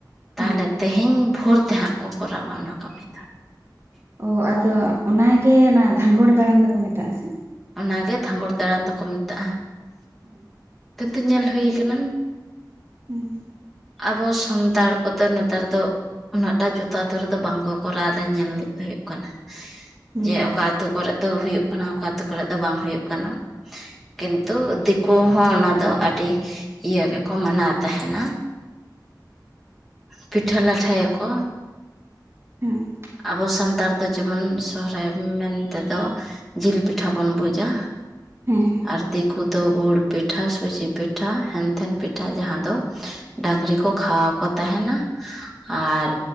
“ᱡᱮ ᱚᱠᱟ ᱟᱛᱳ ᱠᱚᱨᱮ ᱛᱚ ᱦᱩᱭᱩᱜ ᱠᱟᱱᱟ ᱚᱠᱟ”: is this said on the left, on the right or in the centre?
Centre